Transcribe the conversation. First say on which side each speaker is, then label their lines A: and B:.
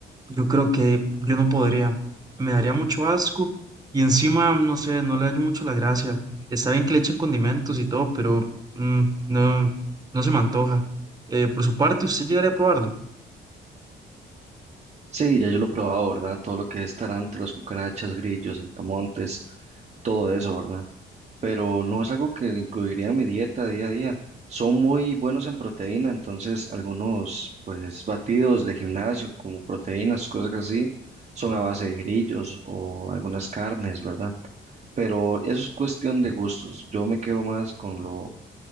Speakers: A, on the right; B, on the right.
A: yo creo que yo no podría, me daría mucho asco y encima, no sé, no le hallo mucho la gracia. Está bien que le echen condimentos y todo, pero mm, no, no se me antoja. Eh, por su parte, ¿usted llegaría a probarlo?
B: Sí, ya yo lo he probado, ¿verdad? Todo lo que es tarántulas, cucarachas, grillos, saltamontes, todo eso, ¿verdad? pero no es algo que incluiría en mi dieta día a día. Son muy buenos en proteína, entonces algunos pues batidos de gimnasio como proteínas, cosas así, son a base de grillos o algunas carnes, ¿verdad? Pero eso es cuestión de gustos. Yo me quedo más con lo